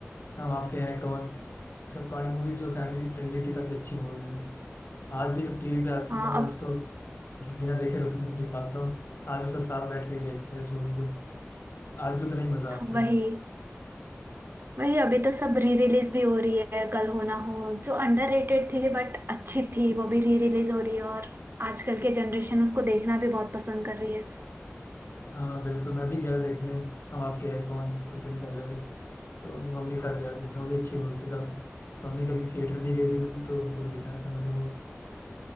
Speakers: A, on the left; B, on the right.
A: हम आपके हैं कौन सब पुरानी मूवीज जो फैमिली फ्रेंडली थी काफी अच्छी मूवीज है आज भी जब टीवी पे आती
B: हाँ
A: है तो मैं
B: अब
A: इसको बिना देखे रुक नहीं नहीं पाता हूँ आज भी सब साथ बैठ के ही देखते हैं इस मूवी को आज भी उतना ही मजा आता
B: वही
A: है
B: वही अभी तो सब री रिलीज भी हो रही है कल हो ना हो जो अंडररेटेड थी बट अच्छी थी वो भी री रिलीज हो रही है और आजकल के जनरेशन उसको देखना भी बहुत पसंद कर रही है
A: हाँ बिल्कुल मैं भी गया देखने हम आपके हैं कौन कुछ दिन पहले तो मम्मी के साथ गया देखना वो भी अच्छी मूवी थी काफी तो मम्मी कभी थिएटर नहीं गई थी मेरी तो उनको भी दिखाया था मैंने वो